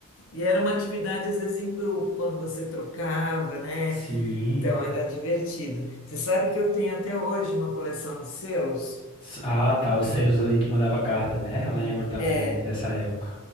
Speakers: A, on the left; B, on the left.
A: E era uma atividade, às vezes, em grupo, quando você trocava, né?
B: Sim.
A: Então, era divertido. Você sabe que eu tenho até hoje uma coleção de selos?
B: S- Ah, tá. Os selos ali que mandava carta, né? Eu lembro também
A: É.
B: dessa época.